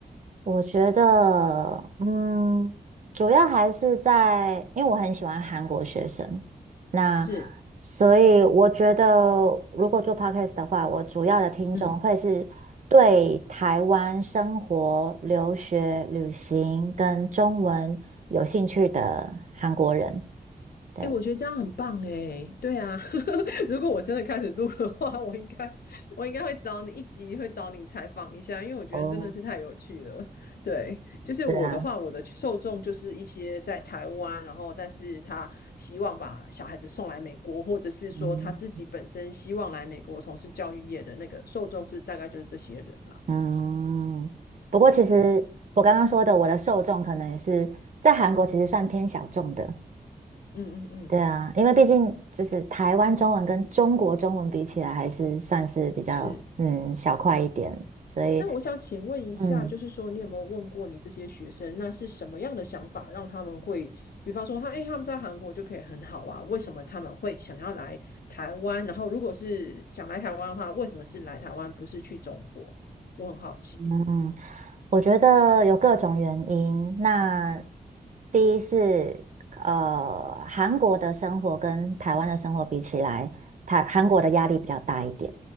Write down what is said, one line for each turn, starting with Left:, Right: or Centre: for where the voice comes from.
Right: 我觉得，嗯，主要还是在，因为我很喜欢韩国学生，那
Left: 是，
Right: 所以我觉得，如果做 podcast 的话，我主要的听众会是对台湾生活、
Left: 嗯。
Right: 留学、旅行跟中文有兴趣的韩国人。对，
Left: 哎，我觉得这样很棒哎，对啊，<laughs> 如果我真的开始录的话，我应该我应该会找你一集，会找你采访一下，因为我觉得真的是太有趣了。
Right: 哦，
Left: 对，就是我的话，
Right: 对啊，
Left: 我的受众就是一些在台湾，然后但是他希望把小孩子送来美国，或者是说他自己本身希望来美国从事教育业的那个受众是大概就是这些人啦。
Right: 嗯，嗯，不过其实我刚刚说的，
Left: 对对对，
Right: 我的受众可能也是在韩国，其实算偏小众的。
Left: 嗯嗯嗯，
Right: 对啊，因为毕竟就是台湾中文跟中国中文比起来，还是算是比较嗯小块一点，
Left: 是。
Right: 所以
Left: 那我想请问一下，
Right: 嗯
Left: 就是说，你有没有问过你这些学生，那是什么样的想法让他们会，比方说他，诶，他们在韩国就可以很好啊，为什么他们会想要来台湾？然后，如果是想来台湾的话，为什么是来台湾，不是去中国？我很好奇。
Right: 嗯，我觉得有各种原因。那第一是呃，韩国的生活跟台湾的生活比起来，台韩国的压力比较大一点，